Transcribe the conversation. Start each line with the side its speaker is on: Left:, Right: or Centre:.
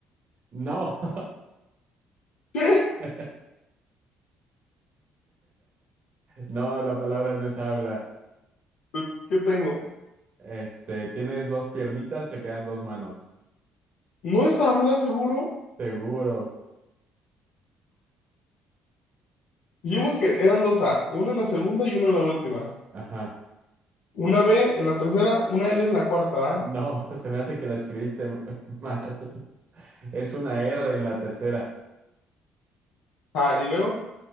Right: No.
Left: ¿Qué?
Right: <laughs> No, la palabra no es habla.
Left: Pues, ¿Qué tengo?
Right: Este, tienes dos piernitas, te quedan dos manos.
Left: ¿No es habla, seguro?
Right: Seguro.
Left: Dijimos que eran dos A, una en la segunda y una en la última.
Right: Ajá.
Left: Una B en la tercera, una L en la cuarta, ¿verdad?
Right: No, <laughs> se me hace que la escribiste m- <laughs> mal. Es una R en la tercera.
Left: Ah, y luego.